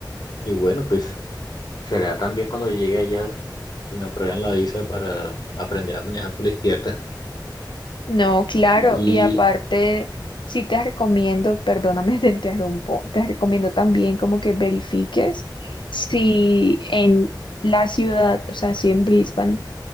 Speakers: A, on the left; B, on the left.
A: Y bueno, pues será también cuando llegue allá que me aprueben la visa para aprender a manejar por la izquierda.
B: no, claro.
A: Y
B: Y aparte, sí te recomiendo, perdóname, <laughs> te interrumpo, te recomiendo también como que verifiques si en la ciudad, o sea, si en Brisbane,